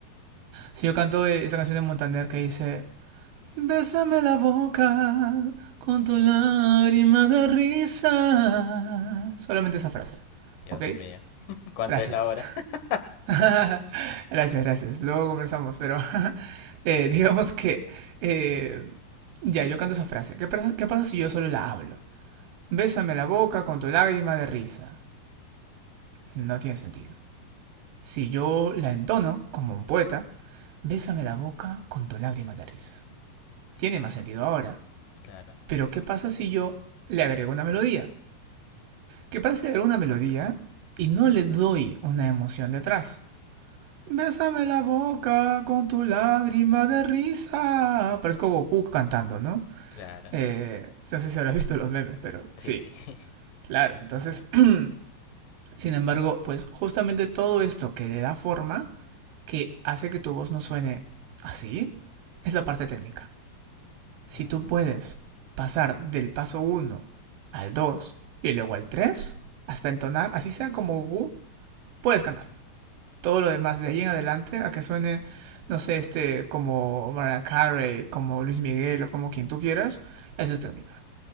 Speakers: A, on the right; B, on the left.
A: si yo canto esta canción de Montaner que dice Bésame la boca con tu lágrima de risa. Solamente esa frase,
B: Dios
A: ¿ok?
B: mío, <laughs> ¿cuánto
A: Gracias.
B: es la hora? <laughs>
A: <laughs> gracias, gracias. Luego conversamos, pero <laughs> eh, digamos que... eh, ya, yo canto esa frase. ¿Qué pasa, ¿Qué pasa si yo solo la hablo? Bésame la boca con tu lágrima de risa. No tiene sentido. Si yo la entono como un poeta, bésame la boca con tu lágrima de risa. Tiene más sentido ahora,
B: Claro,
A: Pero ¿qué pasa si yo le agrego una melodía? ¿Qué pasa si le agrego una melodía y no le doy una emoción detrás? Bésame la boca con tu lágrima de risa. Parezco Goku cantando, ¿no?
B: claro.
A: Eh, no sé si habrás <laughs> visto los memes, pero sí,
B: Sí, sí. <laughs>
A: claro. Entonces, <clears throat> <coughs> sin embargo, pues justamente todo esto que le da forma, que hace que tu voz no suene así, es la parte técnica. Si
B: Ah,
A: tú puedes pasar del paso uno al 2 y luego al 3 hasta entonar, así sea como Gu, puedes cantar. Todo lo demás de ahí en adelante, a que suene, no sé, este, como Mariah Carey, como Luis Miguel o como quien tú quieras, eso es técnica.